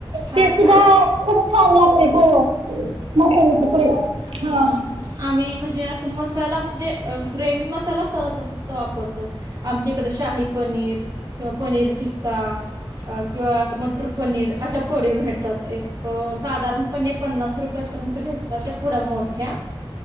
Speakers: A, on the right; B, on the right.
A: हा
B: ते सुद्धा
A: का
B: खूप छान लागते ग मसची पुडे
A: हम्म
B: हा
A: आम्ही म्हणजे असं मसाला म्हणजे ग्रेवी मसालाचना त फक्त वापरतो आमच्या इकड शाही पनीर किंवा पनीर टिक्का किंवा मटर पनीर अशा फोळे्या भेटतात एक साधारणपणे पन्नास रुपया पर्यंत भेटतात त्या पुढ्या मोठ्या